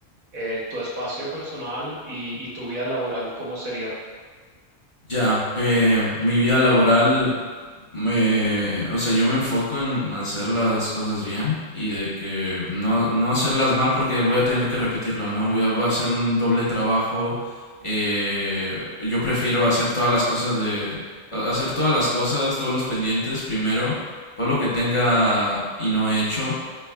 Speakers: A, on the right; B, on the left.
A: eh, tu espacio personal y, y tu vida laboral, ¿cómo sería?
B: Ya, eh, mi vida laboral Me, o sea, yo me enfoco en hacer las cosas bien y de que no, no hacerlas mal porque voy a tener que repetirlo, ¿no? Voy a, va a ser un doble trabajo. eh, yo prefiero hacer todas las cosas de, a- hacer todas las cosas, todos los pendientes primero, todo lo que tenga y no he hecho